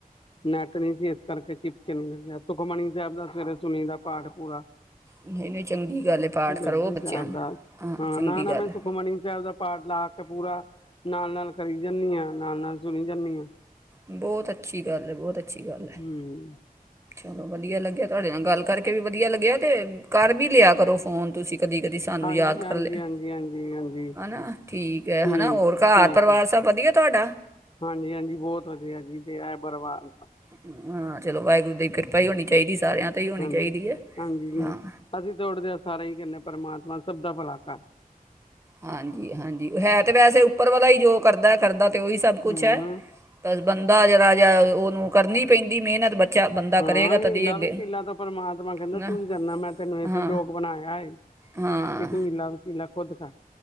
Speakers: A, on the left; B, on the right.
A: ਨੈਟ ਨਹੀਂ ਸੀ ਇਸ ਕਰਕੇ ਚਿਪ <unintelligible> ਸੁਖਮਣੀ ਸਾਹਿਬ ਦਾ ਸਵੇਰੇ ਸੁਣੀ ਦੇ ਪਾਠ ਪੂਰਾ
B: ਨਈ ਨਈ ਚੰਗੀ ਗੱਲ ਐ ਪਾਠ
A: ਜਪਜੀ
B: ਕਰੋ ਬੱਚਿਆਂ,
A: ਸਾਹਿਬ ਦਾ
B: ਹਾਂ ਚੰਗੀ
A: ਨਾ ਨਾ
B: ਗੱਲ
A: ਮੈਂ
B: ਐ
A: ਸੁਖਮਨੀ ਸਾਹਿਬ ਦਾ ਪਾਠ ਲਾ ਕੇ ਪੂਰਾ ਨਾਲ ਨਾਲ ਕਰੀ ਜਾਨੀ ਆ ਨਾਲ ਨਾਲ ਸੁਨੀ ਜਾਂਨੀ ਆ।
B: ਬਹੁਤ ਅੱਛੀ ਗੱਲ ਹੈ ਬਹੁਤ ਅੱਛੀ ਗੱਲ ਹੈ
A: ਹਮ।
B: ਚਲੋ ਵਧੀਆ ਲੱਗਿਆ ਤੁਹਾਡੇ ਨਾਲ ਗੱਲ ਕਰਕੇ ਵੀ ਵਧੀਆ ਲੱਗਿਆ ਤੇ ਘਰ ਵੀ ਲਿਆ ਕਰੋ ਫੋਨ ਤੁਸੀਂ ਕਦੀ ਕਦੀ ਸਾਨੂੰ
A: ਹਾਂਜੀ
B: ਯਾਦ ਕਰ
A: ਹਾਂਜੀ
B: ਲਿਆ
A: ਹਾਂਜੀ ਹਾਂਜੀ ਹਾਂਜੀ
B: ਹੈ ਨਾ ਠੀਕ ਹੈ
A: ਠੀਕ
B: ਹੈ ਨਾ ਹੋਰ ਘਰ
A: ਠੀਕ
B: ਪਰਿਵਾਰ
A: ਹੈ
B: ਸਭ ਵਧੀਆ ਤੁਹਾਡਾ
A: ਹਾਂਜੀ ਹਾਂਜੀ ਬਹੁਤ ਵਧੀਆ ਜੀ ਤੇ ਐ ਪਰਿਵਾਰ
B: ਹਾਂ ਚਲੋ ਵਾਹਿਗੁਰੂ ਦੀ ਕਿਰਪਾ ਹੀ ਹੋਣੀ ਚਾਹੀਦੀ ਸਾਰਿਆਂ 'ਤੇ ਹੀ ਹੋਣੀ
A: ਹਾਂਜੀ
B: ਚਾਹੀਦੀ ਹੈ
A: ਹਾਂਜੀ
B: ਹਾਂ
A: ਅਸੀਂ ਤੋੜਦੇ ਸਾਰਾ ਹੀ ਕਹਨੇ ਆ ਪਰਮਾਤਮਾ ਸਭ ਦਾ ਭਲਾ ਕਰ
B: ਹਾਂਜੀ ਹਾਂਜੀ ਹੈ ਤੇ ਵੈਸੇ ਉੱਪਰ ਵਾਲਾ ਹੀ ਜੋ ਕਰਦੇ ਕਰਦਾ ਤੇ ਉਹੀ ਸਭ ਕੁਝ
A: ਹੂੰ
B: ਹੈ ਬਸ ਬੰ ਦਾ ਜਿਹਰਾ ਜਾ ਉਹਨੂੰ ਕਰਨੀ ਪੈਂਦੀ ਮਿਹਨਤ ਬੱਚਾ ਬੰਦਾ
A: ਹਾਂ
B: ਕਰੇਗਾ
A: ਹੀਲਾ
B: ਤਦੀ ਅੱਗੇ
A: ਵਸੀਲਾ ਤਾ ਪਰਮਾਤਮਾ ਕਹਿੰਦੇ
B: ਨਾ
A: ਤੁਸੀ ਕਰਨਾ ਮੈਂ ਤੈਨੂੰ ਏਸੇ
B: ਹਾਂ
A: ਜੋਗ ਬਣਾਇਆ ਏ ਕਿ
B: ਹਾਂ
A: ਤੂੰ ਹੀਲਾ ਵਸੀਲਾ ਖੁਦ ਕਰ